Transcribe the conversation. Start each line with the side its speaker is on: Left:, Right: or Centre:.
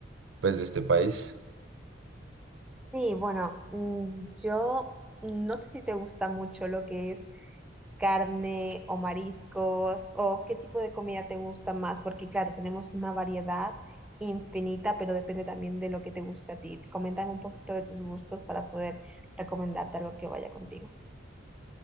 Right: pues, de este país.
Centre: Sí, bueno, mm, yo no sé si te gusta mucho lo que es carne o mariscos o qué tipo de comida te gusta más, porque claro, tenemos una variedad infinita, pero depende también de lo que te gusta a ti. Coméntame un poquito de tus gustos para poder recomendarte algo que vaya contigo.